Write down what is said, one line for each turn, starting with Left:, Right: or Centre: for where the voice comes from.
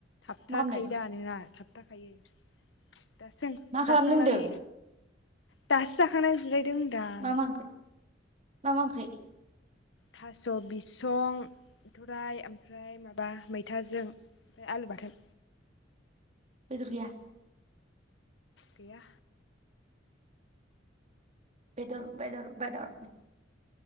Left: थाबथाखायो
Right: मा खालामदों
Left: दा नोंना थाबथाखायो। दासो
Right: मा
Left: जाखांनानै
Right: खालामदों होनदों
Left: दासो जाखांना जोंदां
Right: मा मा ओंख्रि मा मा ओंख्रि
Left: थास' बिसं बिथराइ ओमफ्राय माबा मैथाजों ओमफ्राय आलु बाथोन।
Right: बेदर गैया।
Left: गैया।
Right: बेदर बेदर बेदर।